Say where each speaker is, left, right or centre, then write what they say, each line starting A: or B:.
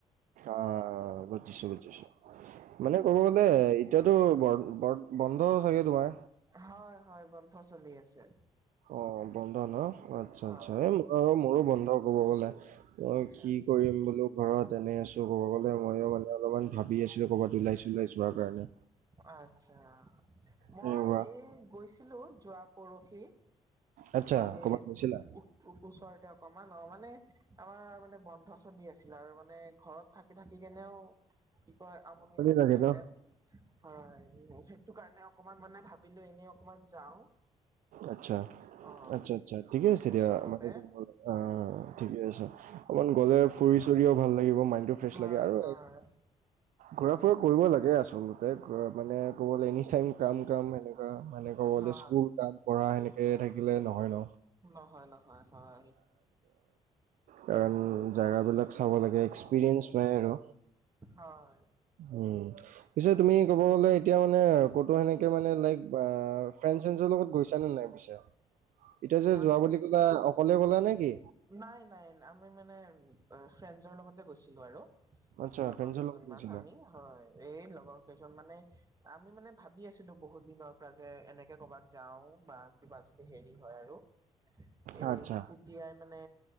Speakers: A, on the right; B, on the right.
A: অ অ বুজিছো বুজিছো। মানে ক'ব গ'লে এতিয়াতো ব ব বন্ধ চাগে তোমাৰ।
B: হয় হয় বন্ধ চলি আছে।
A: অ বন্ধ ন আচ্ছা
B: হয়
A: আচ্ছা এই মই মোৰো বন্ধ কব গলে। অ
B: আচ্ছা
A: কি কৰিম বুলো। ঘৰত এনেই আছো ক'ব গ'লে ময়ো মানে অলপমান ভাবি আছিলো কৰ'বাত ওলাই চলাই যোৱাৰ কাৰণে।
B: আতচ্ছা মই
A: সেনেকুৱা।
B: এই গৈছিলো যোৱা পৰহি
A: আচ্ছা,
B: এনে।
A: ক'ৰবাত গৈছিলা?
B: ও ওচৰতে অকমান অ মানে আৰু মানে আমাৰ মানে বন্ধ চলি আছিল আৰু মানে ঘৰত। থাকি থাকি কেনেও কি কয় আমনি লাগিছিলে
A: লাগে ন?
B: হয় সেইটো কাৰণে অকমান মানে ভাবিলো এনেই অকমান যাও
A: আচ্ছা
B: অ
A: আচ্ছা আচ্ছা ঠিকে আছে
B: ওচৰতে
A: দিয়া অ ঠিকে আছে অকমান গলে ফুৰি চুৰিও ভাল লাগিব মাইনটো ফ্ৰেচ
B: হয়
A: লাগে আৰু
B: হয়
A: ঘূৰা ফুৰা কৰিব লাগে আচলতে মানে ক'ব এনিটাইম কাম কাম সনেকুৱা মানে ক'বলে
B: হয়
A: স্কুল কাম পঢ়া সনে কেনেকৈ থাকিলে নহয় ন
B: নহয় নহয় হয়
A: কাৰণ জেগাবিলাক চাব লাগে এক্সপিৰিয়েঞ্চ পাই আৰু
B: হয়
A: হম পিছে তুমি ক'ব গ'লে এতিয়া মানে ক'তো সেনেকে মানে লাইক ফ্ৰেন চেন্সৰ লগত গৈছানে নাই পিছে এতিয়া যে
B: মানে
A: যোৱা বুলি কলা অকলে গ'লা নে কি
B: নাই নাই আমি মানে ফ্ৰেণ্জৰ লগতে গৈছিলো আৰু
A: আচ্ছা,
B: লগৰ
A: ফ্ৰেণ্ডছৰ
B: কেইজন
A: লগত গৈছিলা।
B: মান আমি হয় এই লগৰ কেইজন মানে আমি মানে ভাবি আছিলো বহুত দিনৰ পৰা যে এনেকে কৰ'বাত যাও বা বা জতে হেৰি হয় আৰু এই
A: আচ্ছা।
B: টু তিয়াই মানে